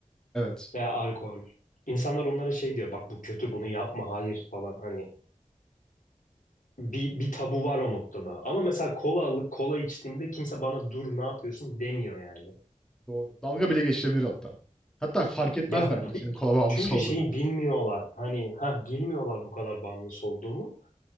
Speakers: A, in the centre; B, on the left.
A: evet,
B: veya alkol. İnsanlar onlara şey diyor bak bu kötü bunu yapma hayır falan hani. Bir, bir tabu var o noktada. Ama mesela kola alıp kola içtiğimde kimse bana dur ne yapıyorsun demiyor yani.
A: doğru. Dalga bile geçilebilir hatta. Hatta fark etmezler
B: Ya
A: bile senin kola
B: <laughs>
A: bağımlısı
B: çünkü
A: olduğunu.
B: şeyi bilmiyorlar. Hani ha bilmiyorlar bu kadar bağımlısı olduğumu.